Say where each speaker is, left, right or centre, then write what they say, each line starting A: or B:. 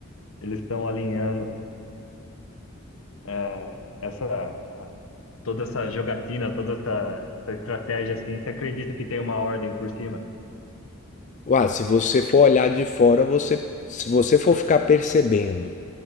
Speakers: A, on the left; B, on the left.
A: Eles estão alinhando é, essa... toda essa jogatina, toda essa, essa estratégia assim, você acredita que tem uma ordem por cima?
B: Ué, se você for olhar de fora, você, se você for ficar percebendo